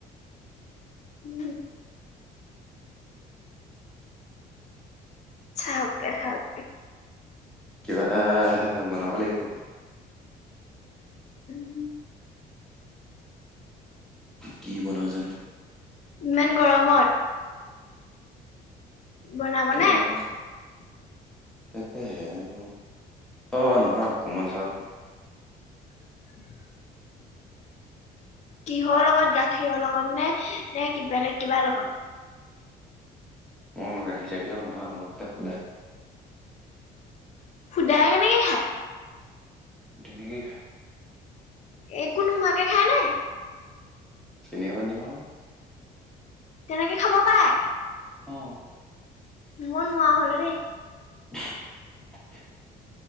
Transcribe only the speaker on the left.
<inaudible> চাহকে খাওঁক।
উম
ইমান গৰমত। বনাবনে
<inaudible> কিহৰ লগত গাখীৰ লগত নে নে বেলেগ কিবা লগত?
সুদায় কেনেকে খায়?
একো নোহোৱাকে খাই নে।
তেনেকে খাব পায়।
মই নোৱা হ'ল দেই।